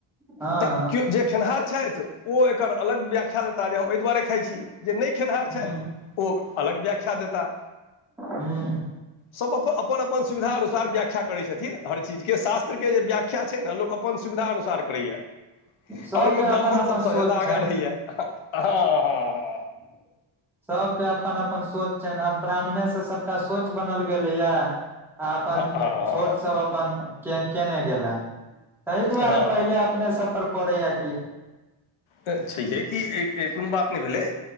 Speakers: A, in the centre; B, on the left.
A: हँ
B: त केओ जे खेनिहार छथि ओ एकर अलग व्याख्या देताह जे हम एहि दुआरे खाइ छी। जे नै खेनिहार छथि
A: ह
B: ओ अलग व्याख्या देताह।
A: हुं।
B: सभ अपन, अपन अपन सुविधा अनुसार व्याखा करै छथिन, हर चीजके, शास्त्रके जे व्याख्य छै ने लोक अप अपन सुविधा अनुसार करैए।
A: सबके
B: आ ओहिमे
A: अपन
B: ब्राह्मण
A: अपन
B: सभसँ
A: सोच
B: ज्यादा
A: छनि
B: आगाँ रहैये, हँ हँ ह।
A: <inaudible> सबके अपन अपन सोच छनि आ ब्राह्मणेसँ सबटा सोच बनल गेलैये। आ अपन
B: हँ हँ हँ हँ
A: छोट सब अपन के केने गेला। ताहि
B: हँ
A: दुआरे पहिले
B: हँ हँ
A: अपने सब पर पड़ैये कि।
B: त छैहे कि ई कोनो बात नहि भेलै,